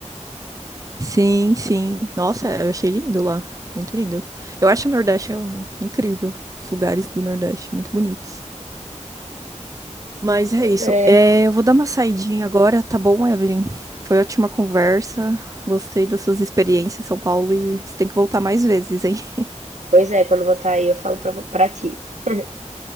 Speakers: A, on the right (about 25°); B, on the right (about 70°).
A: Sim, sim. Nossa, eu achei lindo lá. Muito lindo. Eu acho o Nordeste hum, incrível. Os lugares do Nordeste, muito bonitos. Mas é isso.
B: É,
A: É, eu vou dar uma saidinha agora, tá bom, Evelyn? Foi ótima conversa. Gostei das suas experiências em São Paulo e você tem que voltar mais vezes, hein? <laughs>
B: pois é, quando eu voltar aí eu falo pra, pra ti. <laughs>